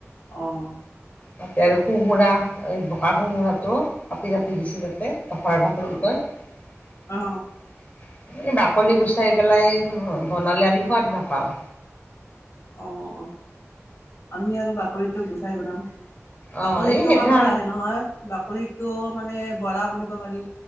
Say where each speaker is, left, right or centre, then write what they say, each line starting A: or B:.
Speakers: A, on the left; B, on the left.
A: অ'
B: তাতে আৰু কোমোৰা এই বোকা কোমোৰাটো কাপি কাটি দিছে তাতে। পখৰা পাখৰী
A: অ
B: কয়
A: অ অ
B: এই বাকলি গুচাই পেলাই বনালে আমি সোৱাদ নাপাও।
A: অ -অ আমি আৰু বাকৰিটো গুচাই বনাম
B: অ
A: বাকলিতো
B: এই সেইদিনা
A: কামত আহে নহয় বাকলিতো মানে বৰা কৰিব। পাৰি।